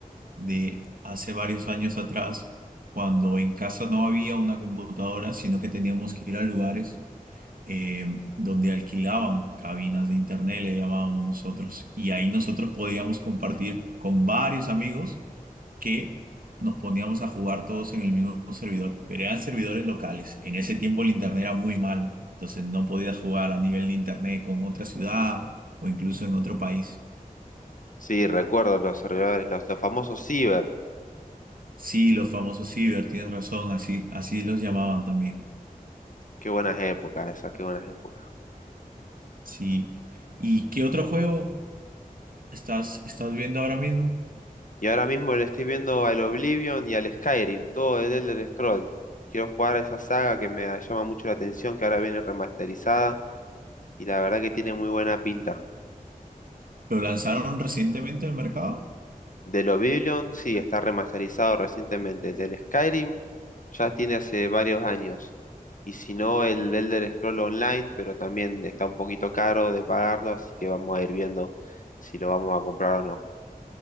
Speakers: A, on the right; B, on the left.
A: de hace varios años atrás, cuando en casa no había una computadora, sino que teníamos que ir a lugares eh, donde alquilaban cabinas de internet, le llamábamos nosotros, y ahí nosotros podíamos compartir con varios amigos que nos poníamos a jugar todos en el mismo servidor, pero eran servidores locales. En ese tiempo el internet era muy malo, entonces no podías jugar a nivel de internet con otra ciudad o incluso en otro país.
B: Sí, recuerdo los servidores, los, los famosos ciber,
A: Sí, los famosos Ciber, tienes razón, así, así los llamaban también.
B: qué buenas épocas esas, qué buenas épocas.
A: Sí. ¿Y qué otro juego estás, estás viendo ahora mismo?
B: Y ahora mismo le estoy viendo al Oblivion y al Skyrim, todo el Elder Scroll. Quiero jugar a esa saga que me llama mucho la atención, que ahora viene remasterizada y la verdad que tiene muy buena pinta.
A: ¿Lo lanzaron recientemente al mercado?
B: Del Oblivion, sí, está remasterizado recientemente. Del Skyrim, ya tiene hace varios años. Y si no, el Elder Scroll Online, pero también está un poquito caro de pagarlo, así que vamos a ir viendo si lo vamos a comprar o no.